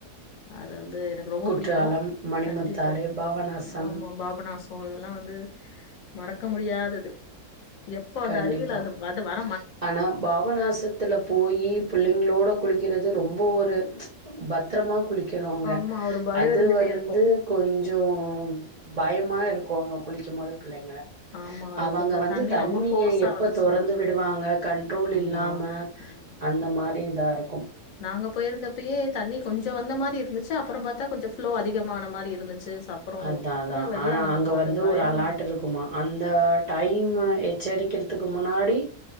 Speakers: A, on the left; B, on the right.
A: அது வந் து எனகு ரொம்ப
B: குற்றாலம்
A: பிடிக்கு
B: மணிமுத்தாறு
A: கண்டிப்பா
B: பாபநாசம்
A: ஆமா பாபநாசொ இதல்லா வந்து மறக்க முடியாதது எப்போ அத்த
B: கண்டிப்பா
A: அருவியல அத <unintelligible>
B: ஆனா பாவநாசத்துல போயி புள்ளைங்ளோட குளிக்கிறது ரொம் ஒரு பத்திரமா குளிக் குளிக்கனும்ங்க
A: ஆமா ஒரு பயம்
B: அது
A: இருந்துட்டே
B: வந்து
A: இருக்கும்
B: கொஞ்சசொ பயமா இருக்கு போங்க குளிக்கும் போது பிள்ளைங்கள
A: ஆமா அது
B: அவங்க
A: கொஞ்சம்
B: வந்து
A: தண்ணி
B: வந்து தண்ணியை
A: ரொம்ப ஃபோர்ஸா
B: எப்போ
A: வந்துச்சுன்னா
B: துறந்து
A: கஷ்டம்
B: விடுவாங்க கண்ட்ரோல்
A: ஆமா
B: இல்லாம
A: உம்
B: அந்த மாதிரி இதாக இருக்கும்
A: நாங்க போயிருந்தப்பயே தண்ணி கொஞ்சம் வந்த மாதிரி இருந்துச்சு அப்புறம் பார்த்தா கொஞ்சம் ப்ளோ அதிகமான மாதிரி இருந்துச்சு அப்புறம்
B: அதான்
A: டக்குன்னு
B: அதான்
A: வெளில
B: ஆனா
A: வந்துட்டோம்
B: அங்க
A: அது
B: வந்து
A: பயம்
B: ஒரு அலா்ட்
A: தான்
B: இருக்குமா அந்த டைம் எச்சரிக் வைக்கிறதுக்கு முன்னாடி